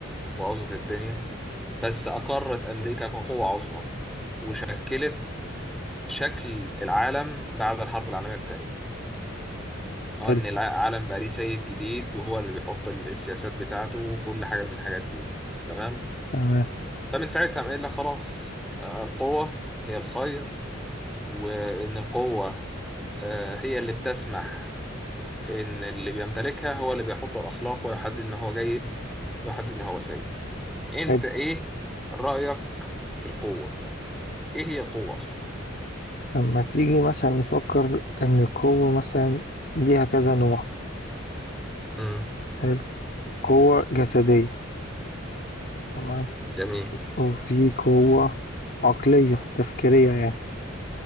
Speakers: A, in the centre; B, on the left.
A: وبوظت الدنيا بس أقرت أمريكا كقوة عظمى وشكلت شكل العالم بعد الحرب العالمية التانية اه
B: حلو
A: ان العالم بقى ليه سيد جديد وهو اللي بيحط ال- السياسات بتاعته وكل حاجه من الحاجات دي تمام
B: تمام
A: فمن ساعتها قام قايل لك خلاص آه، القوه هي الخير وان القوه آه، هي اللي بتسمح ان اللي بيمتلكها هو اللي بيحط الاخلاق ويحدد ما هو جيد ويحدد ما هو سيء انت
B: حلو
A: ايه رايك في القوه ايه هي القوه اصلا
B: لما تيجي مثلا نفكر إن القوة مثلا ليها كذا نوع
A: امم
B: حلو قوة جسدية تمام
A: جميل
B: وفي قوة عقلية تفكيرية يعني